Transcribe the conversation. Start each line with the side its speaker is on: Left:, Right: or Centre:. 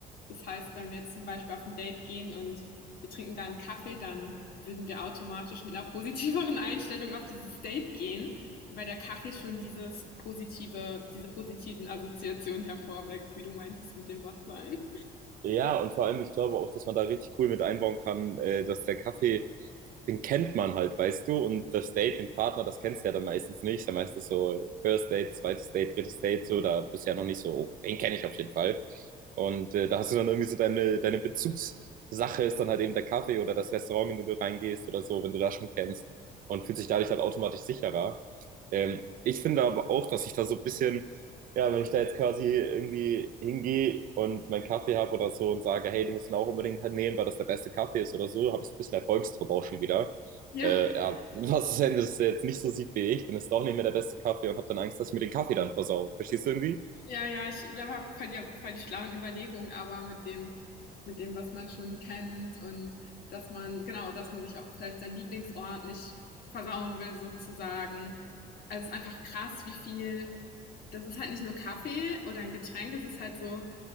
Left: Das heißt, wenn wir jetzt zum Beispiel auf ein Date gehen und wir trinken da einen Kaffee, dann würden wir automatisch mit einer positiveren <laughs> Einstellung auf dieses Date gehen, weil der Kaffee schon dieses positive, diese positiven Assoziationen hervorweckt, wie du meintest mit dem Wachwein.
Right: Ja, und vor allem, ich glaube auch, dass man da richtig cool mit einbauen kann, äh, dass der Kaffee, den kennt man halt, weißt du, und das Date, den Partner, das kennst du ja dann meistens nicht. Dann meistens so First Date, zweites Date, drittes Date, so, da bist du ja noch nicht so, oh, den kenne ich auf jeden Fall. Und äh, da hast du dann irgendwie so deine, deine Bezugssache ist dann halt eben der Kaffee oder das Restaurant, in dem du reingehst oder so, wenn du das schon kennst und fühlt sich dadurch halt automatisch sicherer. Ähm, ich finde aber auch, dass ich da so ein bisschen ja, wenn ich da jetzt quasi irgendwie hingehe und meinen Kaffee habe oder so und sage, hey, du musst ihn auch unbedingt halt nehmen, weil das der beste Kaffee ist oder so, habe ich so ein bisschen Erfolgsdruck auch schon wieder.
Left: Ja.
Right: Äh, ja, <laughs> was ist, wenn das jetzt nicht so sieht wie ich, dann ist es doch nicht mehr der beste Kaffee und habe dann Angst, dass ich mir den Kaffee dann versau. Verstehst du irgendwie?
Left: Ja, ja, ich, da war voll die, voll die schlauen Überlegungen, aber mit dem, mit dem, was man schon kennt und dass man, genau, dass man sich auch vielleicht seinen Lieblingsort nicht versauen will, sozusagen. Also es ist einfach krass, wie viel, das ist halt nicht nur Kaffee oder ein Getränk, es ist halt so